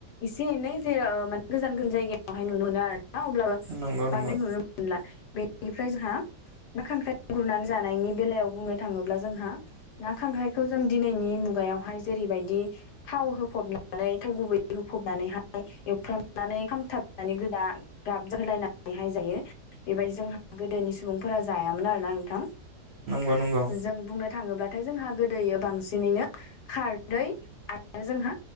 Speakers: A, on the left; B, on the right.
A: एसे एनै जे ओ माने गोजान गोजान जायगायावहाय नुनो मोनो आरो ना अब्लाबो
B: नंगौ नंगौ
A: बांद्राय नुनो मोनला बेनिफ्राय जोंहा ना खांख्राइ गुरनानै जानायनि बेलायाव बुंनो थाङोब्ला जोंहा ना खांख्रायखौ जों दिनैनि मुगायावहाय जेरैबायदि थाव होफबनानै थाव गुबै होफबनानैहाय एवफ्रामनानै खामथाबनानै <unintelligible> गाब जोहोलायनानैहाय जायो। बेबायदि जोंहा गोदोनि सुबुंफोरा जायामोन आरोना नोंथां।
B: नंगौ नंगौ
A: जों बुंनो थाङोब्लाथाय जोंहा गोदोयो बांसिनैनो खार दै आरो जोंहा